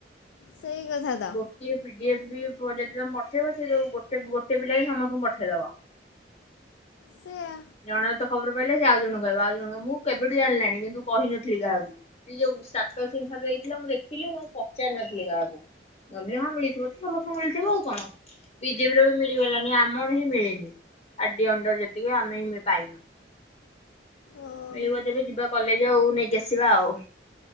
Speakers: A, on the left (about 85°); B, on the left (about 35°).
A: ସେଇ କଥା ତ
B: ଗୋଟି ପିଡିଆ। ବି ଯଦି ତମେ ପଠେଇବ ସେୁ ଗୋଟେ ଗୋଟେ ପିଲା ବି ସମସ୍ତଙ୍କୁ ପଠେଇଦବା।
A: ସେଆ
B: ଜଣ ତ। ଖବର ପାଇଲେ ସେ ଆଉ ଜଣ କହିବ ଆଉ ଜଣ କହିବ ମୁଁ କେବେଠୁ ଜାଣିଲାଣି କିନ୍ତୁ କହିନଥିଲି କାହାକୁ ଯୋଉ ସାତ। ରେ ଦେଇଥିଲା ମୁଁ ଦେଖିଲି ମୁଁ ପଚାରି ନଥିଲି ଗାହାକୁ ଗିଲି ହଁ ମିଳିଥିବ ତ ସମସ୍ତଙ୍କୁ ମିଳିଥିବ ଆଉ। କଣ ବିଜେପି ର ବି ମିଳିଗଲଣିି ଆମର ହିଁ ମିଳିନି। ଆ ଡି ଅଣ୍ଡର ଯେତିକି ଆମେ ପାଇନୁ
A: ଓହୋ
B: ମିଳିବ ଯେବେ ଯିବା କଲେଜ ଆଉ ନେଇକି ଆସିବା ଆଉ।